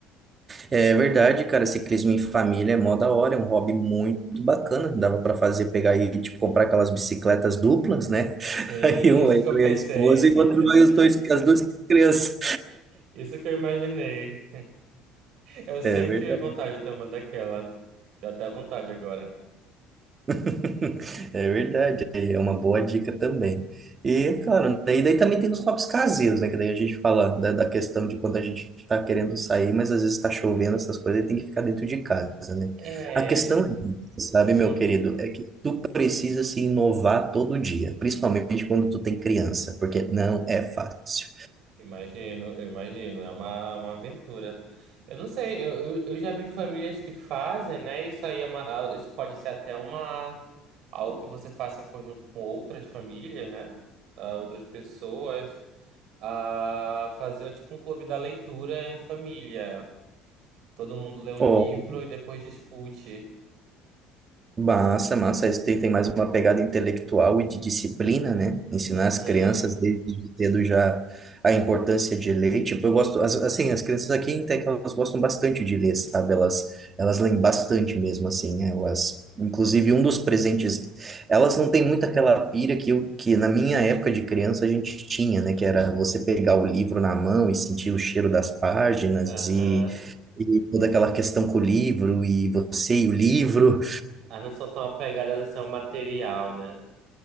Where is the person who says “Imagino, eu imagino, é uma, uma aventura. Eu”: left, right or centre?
Right